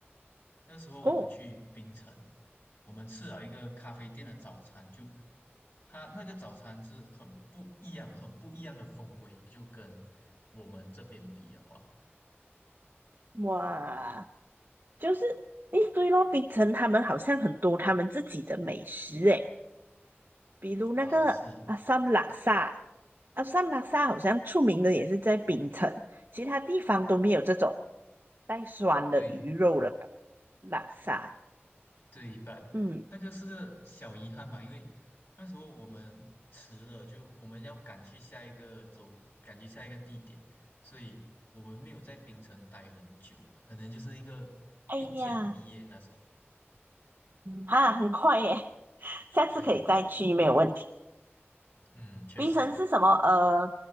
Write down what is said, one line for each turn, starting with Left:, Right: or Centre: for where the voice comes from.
Left: 那时候我们去槟城，
Right: 哦，
Left: 我们吃了一个咖啡店的早餐，就它那个早餐是很不一样、很不一样的风味，就跟我们这边比的话，
Right: 哇，就是诶，对咯，槟城他们好像很多他们自己的美食诶，比如那个阿萨姆拉萨，
Left: 啊，是
Right: 阿萨姆拉萨好像出名的也是在槟城，其他地方都没有这种带酸的鱼肉了吧
Left: 对
Right: 拉萨。
Left: 对半，
Right: 嗯，
Left: 那个是个小遗憾吧，因为那时候我们迟了，就我们要赶去下一个走，赶去下一个地点，所以我们没有在槟城待很久，可能就是一个一天一夜那种。
Right: 哎呀，哈，很快耶，<laughs> 下次可以再去，
Left: 对，
Right: 没有问题。
Left: 嗯，确实。
Right: 槟城是什么？呃，